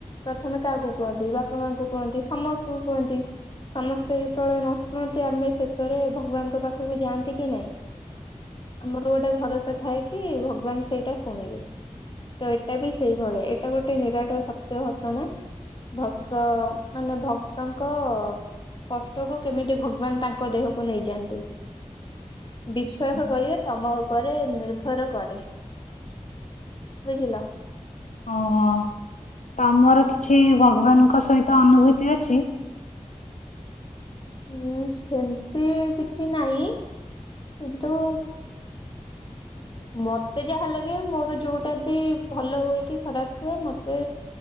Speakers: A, on the left (about 40°); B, on the left (about 85°).
A: ପ୍ରଥମେ କାହାକୁ କୁହନ୍ତି ବାପା ମାଆଙ୍କୁ କୁହନ୍ତି ସମସ୍ତଙ୍କୁ କୁହନ୍ତି ସମସ୍ତେ ଯେତେବେଳେ ନ ଶୁଣନ୍ତି ଆମେ ସେସ୍ ରେ ଭଗବାନଙ୍କ ପାଖକୁ ଯାଆନ୍ତି କି ନାଇଁ ଆମର ଗୋଟେ ଭରସା ଥାଏ କି ଭଗବାନ ସେଇଟା ଶୁଣିବେ ତ ଏଇଟା ବି ସେଇଭଳି ଏଇଟା ଗୋଟେ ନିରାଟ ସତ୍ୟ ଘଟଣା। ଭକ୍ତ ମାନେ ଭକ୍ତଙ୍କ କଷ୍ଟକୁ କେମିତି ଭଗବାନ ତାଙ୍କ ଦେହକୁ ନେଇଯାଆନ୍ତି।
B: ହ
A: ବିଶ୍ଵାସ କରିବା ତମ ଉପରେ ନିର୍ଭର କରେ ବୁଝିଲ?
B: ଓହୋ ତମର କିଛି ଭଗବାନଙ୍କ ସହିତ ଅନୁଭୂତି ଅଛି?
A: ହୁଁ ସେମିତି କିଛି ନାଇଁ କିନ୍ତୁ
B: <inaudible>
A: ମତେ ଯାହା ଲାଗେ ମୋର ଯୋଉଟା ବି ଭଲ ହୁଏ କି ଖରାପ ହୁଏ ମତେ